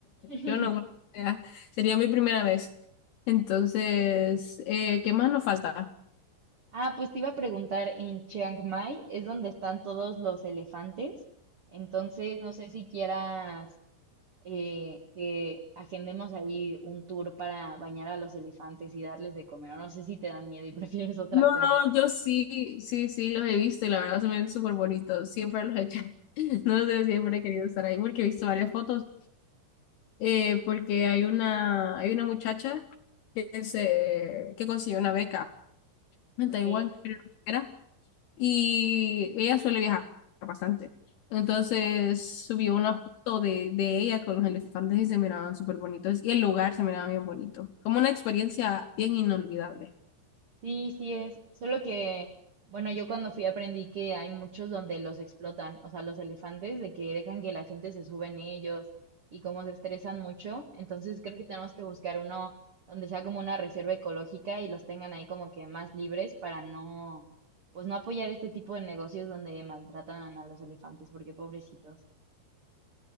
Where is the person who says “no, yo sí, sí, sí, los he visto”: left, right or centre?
Left